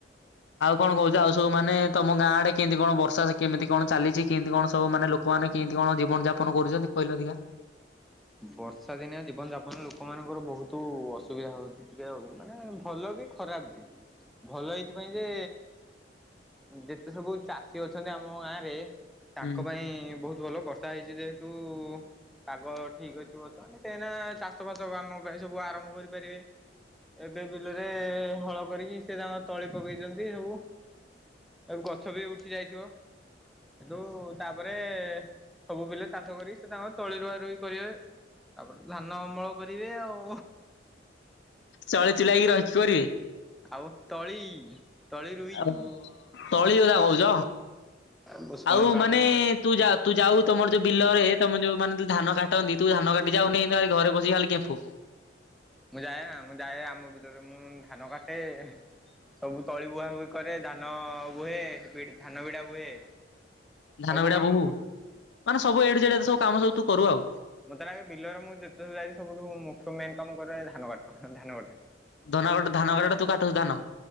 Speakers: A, on the left; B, in the centre.
A: କଣ କହୁଛି ଆଉ ସବୁ ମାନେ ତମ ଗାଁ ଆଡେ କେମିତି କଣ ବର୍ଷା କେମିତି କଣ ଚାଲିଛି କେମିତି କଣ ସବୁ ମାନେ ଲୋ ଲୋକମାନେ କେମିତି କଣ ଜୀବନ ଯାପନ କରୁଛନ୍ତି କହିଲ ଦେଖିଆ?
B: ବର୍ଷା ଦିନିଆ ଜୀବନ ଯାପନ ଲୋକମାନଙ୍କର ବହୁତ ତୁ ଅସୁବିଧା ହଉଛି ଟିକେ ଆଉ ମାନେ ଭଲ ବି ଖରାପ ବି ଭଲ ହେଇଥିପାଇ ଯେ ଯେତେ ସବୁ ଚାଷୀ ଅଛନ୍ତି ଆମ ଗାଁରେ ତାଙ୍କ
A: ହୁଁ।
B: ପାଇଁ ବହୁତ ଭଲ ବର୍ଷା ହେଇଛି ଯେହେତୁ ପାଗ ଠିକ ଅଛି ବର୍ତ୍ତମାନ ସେ ଚାଷ ବାସ କାମ ପାଇଁ ସବୁ ଆରମ୍ଭ କରିପାରିବେ ଏବେ ବିଲରେ ହଳ କରିକି ସେ ତାଙ୍କ ତଳି ପକେଇଛନ୍ତି ସବୁ ଏ ଗଛ ବି ଉଠି ଯାଇଥିବ। ସେଠୁ ତାପରେ ସବୁ ବିଲ ଚାଷ କରି ସେ ତାଙ୍କ ତଳିରୁୁଆ ର କରିବେ ତାପରେ ଧାନ ଅମଳ କରିବେ ଆଉ
A: ଚଳେ ଚୁଲାଇକି ରଖକି କରିବେ।
B: ଆଉ ତଳି ତଳି ରୁଇକି
A: ଆଉ ତଳି କଥା କହୁଛ
B: ମୁଁ ଶୁଣି
A: ଆଉ
B: ପାରୁନ
A: ମାନେ
B: ଆଉ।
A: ତୁ ଯା ତୁ ଯାଉ ତମର ଯୋଉ ବିଲରେ ତମ ଯୋଉ ମାନେ ଯୋଉ ଧାନ କାଟନ୍ତି ତୁ ଧାନ କାଟି ଯାଉନି ନା ଏଇ ଘରେ ବସିିକି ଖାଲି ଗେମ୍ପୁ।
B: ମୁଁ ଯାଏ ନା ମୁଁ ଯାଏ ଆମ ବିଲରେ ମୁଁ ଧାନ କାଟେ। ସବୁ ତଳି ବୁହାବୁହି କରେ ଧାନ ବୁହେ ଧାନ ବିିଡା ବୁହେ
A: ଧାନ
B: ସବୁ
A: ବିଡା
B: କାମ
A: ବୋହୁ ମାନେ ସବୁ ଏ ଠୁ ଜେଡ୍ ଯେତେ ସବୁ କାମ ସବୁ ତୁ କରୁ। ଆଉ
B: ମତେ ଲାଗେ ବିଲରେ ମୁଁ ଯେତେ ସବୁ ଯାଇଛି ସବୁଠୁ ମୁଖ୍ୟ ମେନ କାମ କରେ ଧାନ କାଟ ଧାନ କଟା।
A: ଧନା କଟା ଧାନ କଟାଟା ତୁ କାଟଛୁ ଧାନ?